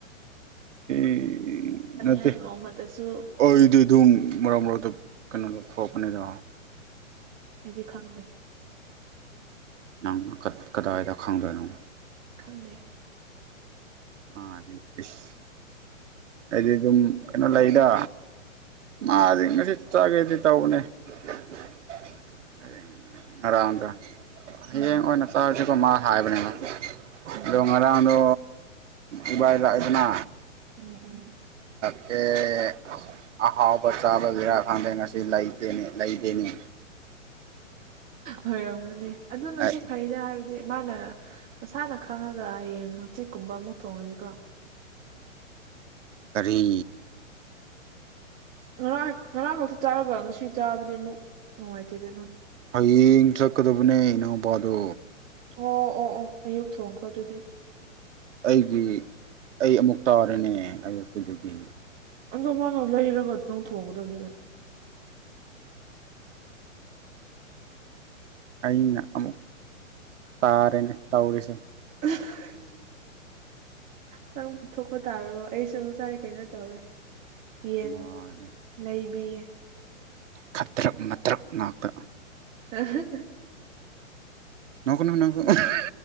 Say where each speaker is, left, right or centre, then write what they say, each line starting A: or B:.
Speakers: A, on the right (about 65°); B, on the right (about 20°).
A: <unintelligible> ꯅꯠꯇꯦ
B: ꯍꯥꯏꯅ ꯅꯣꯡꯃꯇꯁꯨ
A: ꯑꯩꯗꯤ ꯗꯨꯝ ꯃꯔꯛ ꯃꯔꯛꯗ ꯀꯩꯅꯣꯗ ꯊꯣꯛꯄꯅꯤꯗꯣ
B: ꯑꯩꯗꯤ ꯈꯪꯗꯦ
A: ꯅꯪꯅ ꯀꯗꯥꯏꯗ ꯈꯪꯗꯣꯏꯅꯣ
B: ꯈꯪꯗꯦ
A: ꯃꯥꯗꯤ ꯏꯁ ꯑꯩꯗꯤ ꯗꯨꯝ ꯀꯩꯅꯣ ꯂꯩꯗ ꯃꯥꯗꯤ ꯉꯁꯤ ꯆꯥꯒꯦꯗꯤ ꯇꯧꯕꯅꯦ <unintelligible> ꯉꯔꯥꯡꯒ ꯍꯌꯦꯡ
B: ꯎꯝ
A: ꯑꯣꯏꯅ ꯆꯥꯔꯁꯤꯀꯣ ꯃꯥ ꯍꯥꯏꯕꯅꯦꯕ
B: ꯎꯝ
A: ꯑꯥꯗꯣ ꯉꯔꯥꯡꯗꯣ ꯎꯕꯥꯥꯏ ꯂꯥꯛꯏꯗꯅ
B: ꯎꯝ ꯎꯝ
A: ꯑꯦ ꯑꯥꯍꯥꯎꯕ ꯆꯥꯕ ꯒꯤꯔꯥ ꯈꯪꯗꯦ ꯉꯁꯤ ꯂꯩꯇꯦꯅꯦ ꯂꯩꯇꯦꯅꯦ
B: ꯑꯣꯏꯔꯝꯒꯅꯤ ꯑꯗꯨꯅꯁꯨ
A: ꯑꯩ
B: ꯐꯩꯗ ꯍꯥꯏ ꯃꯥꯅ ꯃꯁꯥꯅ ꯈꯪꯉꯒ ꯍꯌꯦꯡ ꯍꯪꯆꯤꯠꯀꯨꯝꯕ ꯑꯃꯨꯛ ꯊꯣꯡꯉꯗꯤꯀꯣ
A: ꯀꯔꯤ
B: ꯉꯔꯥꯡ ꯉꯔꯥꯡ ꯈꯥꯛꯇ ꯆꯥꯔꯒ ꯉꯁꯤ ꯆꯥꯕꯗꯤ ꯃꯨꯛ ꯅꯨꯡꯉꯥꯏꯇꯦꯗꯅ
A: ꯍꯌꯦꯡ ꯆꯠꯀꯗꯕꯅꯦ ꯏꯅꯥꯎꯄꯥꯗꯣ
B: ꯑꯣ ꯑꯣ ꯑꯣ ꯑꯥꯌꯨꯛ ꯊꯣꯡꯈ꯭ꯔꯣ ꯑꯥꯗꯨꯗꯤ
A: ꯑꯩꯒꯤ ꯑꯩ ꯑꯥꯃꯨꯛ ꯇꯥꯔꯅꯦ ꯑꯥꯌꯨꯛꯀꯤꯗꯨꯗꯤ
B: ꯑꯥꯗꯣ ꯃꯥꯅ ꯂꯩꯔꯒ ꯅꯪ ꯊꯣꯡꯒꯗꯕꯅꯤ ꯀꯩꯅꯣ
A: ꯑꯩꯅ ꯑꯥꯃꯨꯛ ꯇꯥꯔꯦꯅꯦ ꯇꯧꯔꯤꯁꯦ
B: <unintelligible> ꯅꯪ ꯄꯨꯊꯣꯛꯄ ꯇꯥꯔꯕꯣ ꯑꯩꯁꯨ ꯉꯁꯥꯏ ꯀꯩꯅꯣ ꯇꯧꯋꯦ ꯌꯦꯟ
A: ꯃꯥꯅꯦ
B: ꯂꯩꯕꯤꯌꯦ
A: ꯈꯠꯇ꯭ꯔꯛ ꯃꯇ꯭ꯔꯛ ꯉꯥꯛꯇ
B: <unintelligible>
A: ꯅꯣꯛ <unintelligible>